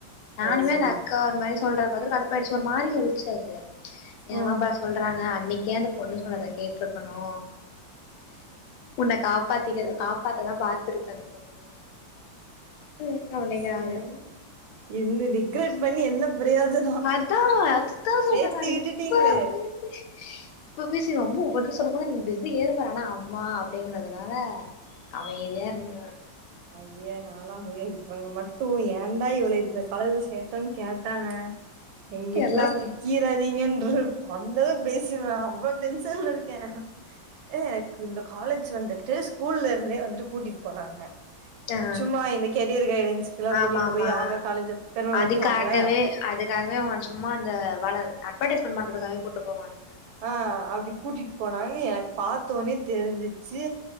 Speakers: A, on the left (about 85°); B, on the right (about 80°).
A: நானுமே
B: அது சரி
A: அந்த அக்கா ஒரு மாரி சொல்றத பாத்துட்டு கடுப்பாய்டுச்சு ஒரு மாரி சொல்லிச்சி அது என்னப்
B: ம்
A: பா சொல்றாங்க அன்னிக்கே அந்த பொண்ணு சொல்றத கேட்ருக்கணு உன்ன காப்பாத்திக்கதா காப்பாத்ததா பாத்துருக்கு அந்த பொண்ணு ம் அப்டிங்கிறாங்க
B: சேரி என்ன ரெக்கார்ட் பண்ணி என்ன அப்பிடியாது
A: அதா அதுதா
B: சேத்தி
A: சொல்ற நானு
B: விட்டுட்டீங்ளே
A: இப்ப <unintelligible> இப்ப பேசீர்வோ அபோ பதில் சொல்லும்போது நீங் வெறி யேறு பாரு ஆனா அம்மா அப்டிங்கறதுனால அமைதியா இருந்திருவே
B: ஐய நா லா ஏத் இவுங்க மட்டு ஏண்டா இவள இந்த காலேஜ்ல சேத் தன் கேட்டாங்க எங்கிட்டலா
A: எல்லாமே
B: கீராதீங்க என்று அந்தளவுக் பேசிர்வே அவ்ளோ டென்ஷன்ல இருக்கே எனக்கு இந்த காலேஜ் வந்துட்டு ஸ்கூல்ல இருந்தே வந்துட்டு கூட்டிட் போனாங்க
A: ஆ
B: சும்மா இந்த கெரியர் கைடன்ஸ்க்குலா
A: ஆமா
B: கூட்டிட்
A: ஆமா
B: போய் அவுங்க காலேஜ பெருமப்படுத்துவாங்கள
A: அதுக்காகவே அதுக்காகவே அவுங்க சும்மா அந்த வள அட்வடைஸ்மெண்ட் பண்ணுறதுக்காகவே கூட் போவாங்க
B: ஆ அப்டி கூட்டிட் போனாங்க எனக்கு பாத்தோனே தெரிஞ்சிச்சு